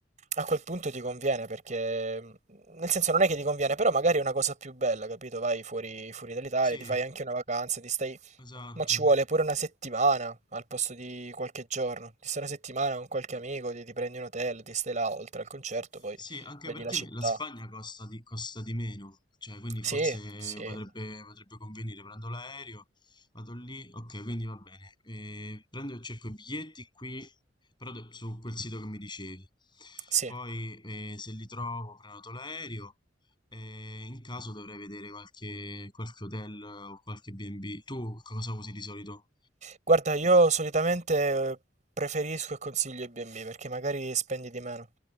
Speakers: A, on the right (about 40°); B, on the left (about 25°).
A: a quel punto ti conviene, perché mm, nel senso non è che ti conviene, però magari è una cosa più bella, capito? Vai fuori, fuori dall'Italia,
B: Sì,
A: ti fai anche una vacanza, ti stai...
B: esatto.
A: Ma ci vuole pure una settimana al posto di qualche giorno. Ti stai una settimana con qualche amico, ti, ti prendi un hotel, ti stai là oltre al concerto, poi
B: Sì, anche
A: vedi
B: perché
A: la città.
B: me- la Spagna costa di, costa di meno, cioè quindi forse
A: Sì, sì.
B: potrebbe, potrebbe convenire. Prendo l'aereo, vado lì, ok, quindi va bene. Eh, prendo e cerco i biglietti qui, però de- su quel sito che mi dicevi.
A: Sì.
B: Poi eh, se li trovo, prenoto l'aereo. e in caso dovrei vedere qualche, qualche hotel o qualche B&B. Tu cosa usi di solito?
A: Guarda, io solitamente eh, preferisco e consiglio i B&B perché magari spendi di meno.